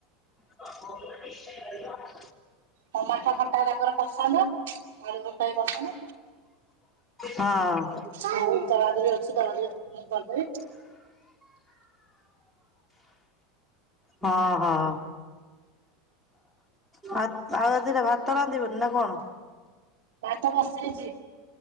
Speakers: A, in the centre; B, on the right.
A: ହ
B: ହଁ ମାଠ ଖଟା ତାଙ୍କର ପସନ୍ଦ ଆଳୁ ଖଟା ବି ପସନ୍ଦ
A: ହଁ
B: ଆଉ ତଳାଦ ବି ଅଛି ତଦୁ ବି ମୁ କରିଦେବି।
A: ହଁ ହଁ, ମାଉ ରାତି ଭାତ ରାନ୍ଧିବନି ନା କଣ?
B: ଭାତ ବସିଛି।